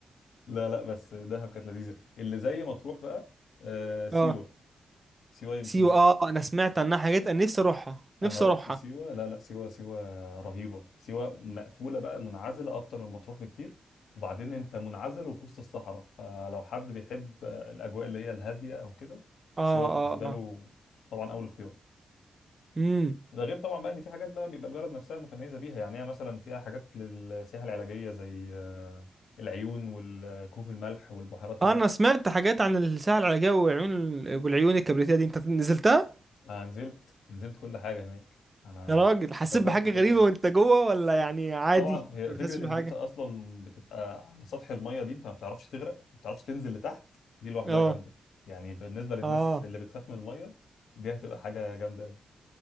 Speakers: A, on the left; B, on the right.
A: لا لا بس دهب كانت لذيذه اللي زي ما تروح بقى آه سيوه
B: آه
A: سيوه يمكن
B: سيوة اه انا سمعت عنها حاجات انا نفسي اروحها نفسي
A: انا رحت
B: اروحها
A: سيوه لا لا سيوه سيوه رهيبه سيوه مقفوله بقى منعزله اكتر من مطروح بكتير وبعدين انت منعزل وفي وسط الصحراء فلو حد بيحب الاجواء اللي هي الهاديه او كده
B: اه
A: سيوه بالنسبه
B: اه اه
A: له طبعا اول اختيار
B: امم
A: ده غير طبعا بقى ان في حاجات بقى بيبقى البلد نفسها متميزه بيها يعني هي مثلا فيها حاجات للسياحه العلاجيه زي آه، العيون والكهوف الملح والبحيرات الملح
B: انا سمعت حاجات عن الساحل العاجبي وعيون والعيون الكبريتية دي انت نزلتها
A: انا نزلت نزلت كل حاجه هناك انا
B: يا راجل حسيت
A: جربت
B: بحاجة
A: كل
B: غريبة
A: حاجه
B: وانت جوه ولا يعني عادي
A: طبعا هي
B: ما
A: فكره
B: بتحسش بحاجة
A: ان انت اصلا بتبقى على سطح الميه دي انت ما بتعرفش تغرق ما بتعرفش تنزل لتحت دي لوحدها
B: اه
A: جامده يعني بالنسبه للناس
B: اه
A: اللي بتخاف من الميه دي هتبقى حاجه جامده قوي